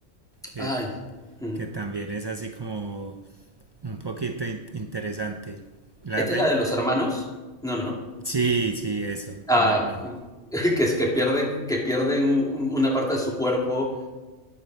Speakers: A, on the right; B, in the centre.
A: que,
B: Ay, mm,
A: que también es así como un poquito in- interesante. La
B: ¿esta
A: verdad,
B: es la de los hermanos? No, ¿no?
A: sí, sí, eso,
B: Ah,
A: un hermano.
B: <laughs> que es que pierden que pierden un un una parte de su cuerpo